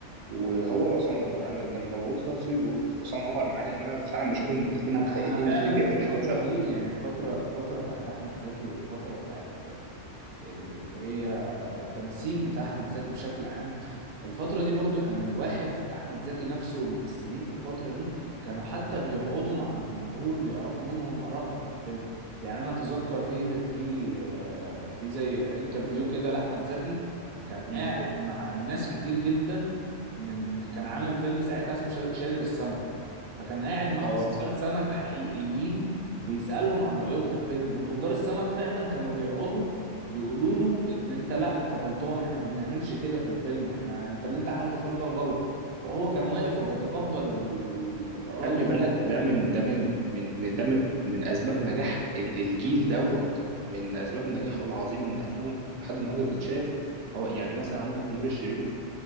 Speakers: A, on the right; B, on the right.
A: وهو وعصام عمر انا لما بقول طه دسوقي بقول عصام عمر معاه لان انا فعلا بشوف ان الاثنين
B: انا
A: مجتهدين
B: انا فعلا
A: الاثنين بيعملوا
B: الفتره
A: حاجه شغل
B: دي يعني الفتره الفتره بتاعت احمد زكي والفتره بتاعت ال- اللي هي التمثيل بتاع احمد زكي بشكل عام الفترة دي برضو كان الواحد احمد زكي نفسه والممثلين في الفترة دي كانوا حتى بيقعدوا مع الجمهور بيعرفوا منهم ارائهم في الفيلم يعني انا اتذكر في في في آه، في زي انترفيو كده لاحمد زكي كان قاعد
A: مم.
B: مع ناس كتير جدا من كان عامل فيلم ساعتها اسمه شاد- شادر السمك فكان قاعد مع
A: اه
B: تجار سمك حقيقيين بيسألهم عن رأيهم في الفيلم وتجار السمك فعلا كانوا بيقعدوا يقولوا له ان انت لا انت غلطان احنا ما بنعملش كده في الفيلم احنا انت اللي انت عملته في الفيلم ده غلط وهو كان واقف وبيتقبل ال... ال... الاراء
A: خلي
B: دي بشكل
A: بالك ده
B: كبير
A: من ده من من من- ده من من اسباب نجاح ال- الجيل دوت من اسباب نجاحه العظيمه ان افلامه لحد النهارده بتتشاف هو يعني مثلا عندك نور الشريف